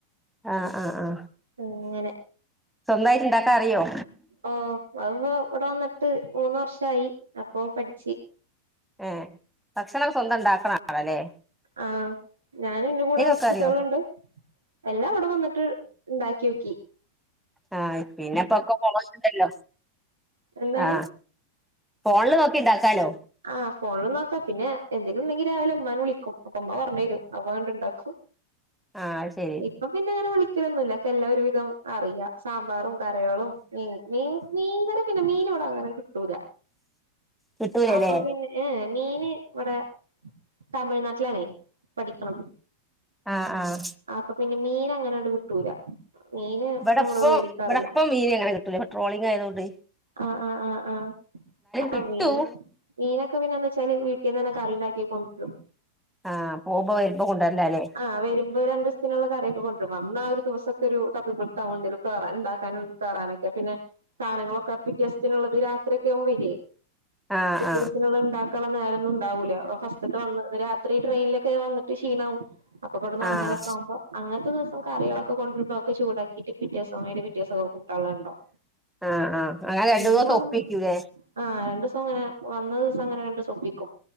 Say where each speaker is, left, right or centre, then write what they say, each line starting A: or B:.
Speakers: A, in the centre; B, on the right (about 75°).
A: ആ ആ ആ
B: അങ്ങനെ
A: സ്വന്തായിട്ട് ഇണ്ടാക്കാ അറിയോ
B: ഓ. അത് ഇപ്പൊ ഇവട വന്ന്ട്ട് മൂന്ന് വർഷായി അപ്പൊ പഠിചി
A: ഏ ഭക്ഷണൊക്ക സ്വന്തം ഇണ്ടാക്ക്ണ ആളാലെ
B: ആ ഞാന് ഇന്റെ കൂടെ.
A: വെക്കാൻ
B: കുട്ടിയള്ണ്ട്
A: അറിയോ
B: എല്ലാം ഇവട വന്ന്ട്ട് ഇണ്ടാക്കിയോക്കി
A: ആ പിന്നെപ്പ ഒക്ക <unintelligible> ണ്ടല്ലോ.
B: എന്താണ്
A: ആ ഫോൺല് നോക്കി ഇണ്ടാക്കാലോ
B: ആ ഫോൺലും നോക്കാ. പിന്നെ എന്തേലും ഇണ്ടെങ്കി രാവിലെ ഇമ്മാനെ വിളിക്കും. അപ്പ ഇമ്മ പർഞ്ഞെരും. അപ്പ അത് ഇണ്ടാക്കും
A: ആ അത് ശരി
B: ഇപ്പ പിന്നെ അങ്ങനെ വിളിക്കലൊന്നുല്ല. ഒക്ക എല്ലാ ഒരു വിധം. അറിയ സാമ്പാറും കറികളും മീൻ മീൻ മീൻ കറി പിന്നെ മീന് വ്‌ടെങ്ങനെ കിട്ടൂല.
A: കിട്ടൂലല്ലേ
B: അപ്പൊ പിന്നെ ഏഹെ മീന് വടെ തമിഴ്നാട്ട്ലാണേ പഠിക്ക്ണത്.
A: ആഹ് ആഹ്.
B: ആപ്പൊ പിന്നെ മീനങ്ങനാണ്ട് കിട്ടൂല. മീന്
A: വടെ
B: നമ്മള്
A: പ്പൊ
B: മേടിക്കാറില്ല
A: വടെ പ്പം മീനിങ്ങനെ കിട്ടൂല പ്പം ട്രോളിംങ്ങായതോണ്ട്
B: ആഹ് ആഹ് ആഹ് ആഹ്. അപ്പം
A: കിട്ടും
B: മീന് മീനൊക്കെ പിന്നെ ന്താച്ചാല് വീട്ടിന്നെന്നെ കറിണ്ടാക്കി കൊണ്ട് രും.
A: ആഹ്. പോവ്‌മ്പൊ വീട്ട്ന്ന് കൊണ്ടേര്ലാലെ.
B: ആഹ് വെര്മ്പൊ രണ്ടൂസ്ത്തിന് ള്ളെ കറിയൊക്കെ കൊണ്ട്രും. വന്ന ആ ഒര് ദിവസൊക്കെരു തപ്പിടുത്താവും ണ്ടേലും കേറാനും, ണ്ടാക്കാനും, കേറാനൊ ക്കെ. പിന്നെ സാധനങ്ങളൊക്കെ പിറ്റ്യേസ്ത്തിനുള്ളത് രാത്രിക്കെ റെടിയായി.
A: ആഹ്
B: പിറ്റ്യേ
A: ആഹ്
B: സ്ത്തിനുള്ളത്ണ്ടാ ക്കാൻള്ളെ നേരൊന്നും ണ്ടാവൂല ഫസ്റ്റ്ത്തെ അന്ന്. രാത്രി ട്രെയിൻലൊക്കെ വന്ന്ട്ട് ക്ഷീണാവും. അപ്പൊ ക്കെട്ന്ന് ഒർങ്ങലൊക്കെ
A: ആഹ്
B: ആവ്മ്പ അങ്ങൻത്തെ ദിവസം കറികളൊക്കെ കൊണ്ട്രുമ്പ അതൊക്കെ ചൂടാക്കിട്ട് പിറ്റ്യേസം അയിന്റെ പിറ്റ്യേസൊക്കെ കൂട്ടാൺ ളെ ണ്ടാവും.
A: ആഹ് ആഹ് അങ്ങനെ രണ്ടു
B: പിന്നെ
A: ദിവസം
B: ഒറങ്ങും.
A: ഒപ്പിക്കൂലേ
B: ആഹ് രണ്ട്സം ങ്ങനെ വന്നദിവസം ങ്ങനെ രണ്ട്സം ഒപ്പിക്കും.